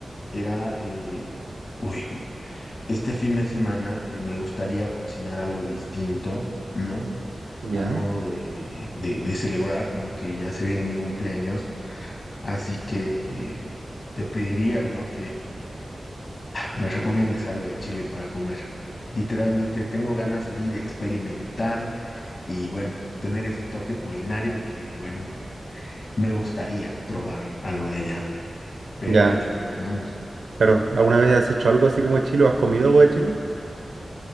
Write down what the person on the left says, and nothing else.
era, eh, uy, este fin de semana eh, me gustaría cocinar algo distinto, ¿no?
A modo de, de- de celebrar, ¿no? Que ya se viene mi cumpleaños, así que eh, te pediría, ¿no? me recomiendes algo de Chile para comer. Literalmente tengo ganas así de experimentar y bueno, tener ese toque culinario que bueno, me gustaría probar algo de allá, pero
hecho con mis manos.